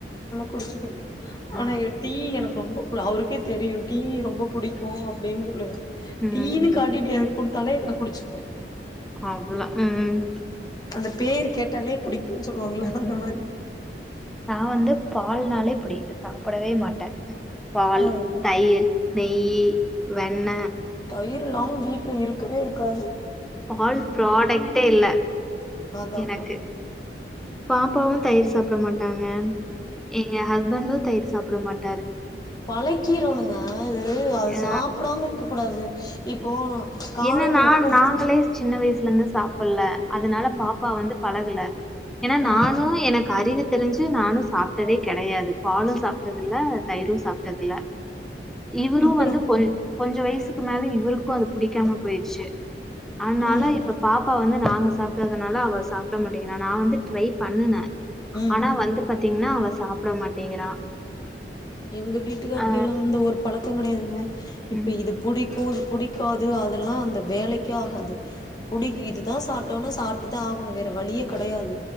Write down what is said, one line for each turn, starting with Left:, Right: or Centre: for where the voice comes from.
Left: குடிச்சுக்கனு
Centre: ஆ.
Left: ஆனா எ டீ எனக் அவருக்கே தெரியு டீ ரொம் பப் புடிக்கு அப்டின் சொல்லுவே
Centre: ம்.
Left: டீ னு காட்டிட்டு எனக்கு குடுத்தாலே நா குடிச்சுக்க <unintelligible>
Centre: அவ்ளோ ம்
Left: அந்த பேர் கேட்டாலே புடிக்குன்னு சொல்லுவாங்கள
Centre: ம்
Left: அந்த மாரி
Centre: நா வந்து பா பால்நாளே புடி சாப்டவே மாட்டே பால்
Left: ஆ
Centre: தயிர் நெய்யி வெண்ண
Left: தயிர் இல்லாம வீட்ல இருக்கவே இருக் காது
Centre: பால் ப்ராடக்டே இல்ல
Left: அதா
Centre: எனக்கு
Left: அதா
Centre: பாப்பாவு தயிர் சாப்பட மாட்டாங்க எங்க ஹஸ்பண்டு தயிர் சாப் டுமாட்
Left: பழக் கீரோண்ணுங்க இது அது
Centre: ஆ
Left: சாப்டாம இருக்க கூடாது இப்போ காலைல
Centre: என்னன்னா
Left: எப்பவு
Centre: நாங்களே சின்ன வயசுல இருந்து சாப்பில்ல அதனால
Left: ம்
Centre: பாப்பா வந்து பழகல ஏனா
Left: ஆ
Centre: நானு எனக்கு அறிவு தெரிஞ்சு நானு சாப்ட்டதே கெடையாது பாலும் சாப்ட்டத இல்ல தயிரும் சாப்ட் டது இல்ல இவரு
Left: அப்புறோ
Centre: வந்து கொ கொஞ்ச வயசு சு க்கு மேல இவருக்கு அது புடிக்காம போயிருச்சு ஆனால
Left: ம்
Centre: இப்ப பாப்பா வந்து நாங்க சாப்ட்டதுனால அவ சாப்பட மாட்டேங்குற நா வந்து ட்ரை பண்ணனே ஆனா
Left: ம்
Centre: வந்து பாத்தீங்கன்னா அவ சாப்பட மாட்டேங்கிறா
Left: எங்க வீட்டுக்கார்கிட்ட
Centre: ஆ
Left: எல்லா அந்த ஒரு பழக்கோ கெடையாதுங்க இப்ப
Centre: ம்
Left: இது புடிக்கு இது புடிக் க்காது அதெல்லா அந்த வேலைக்கே ஆகாது குடி இதுதான் சாப்டாகோனா டாது அதெல்லா அந்த வேலைக்காக அது சாப்பிட்டுதா ஆகணு வேற வழியே கெடையாது